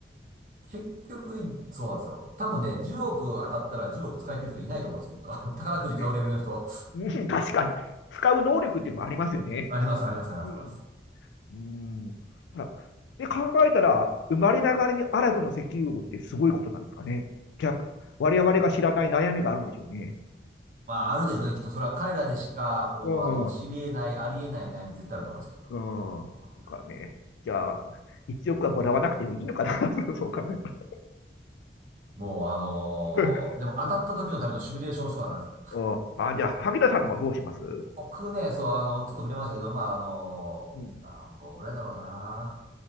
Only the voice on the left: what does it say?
うん、
ね。うん確かに。使う能力っていうのもありますよね。
うん。
うん。そしたらで、考えたら、生まれながらにアラブの石油王ってすごいことなんですかね。逆、我々が知らない悩みがあるんでしょうね。
うん。
う
ん。
とかね。じゃあ、一億はもらわなくてもいいのかな。<laughs> そう考えたら。
<laughs> うん。あ、あじゃあ、萩田さんの方はどうします
うん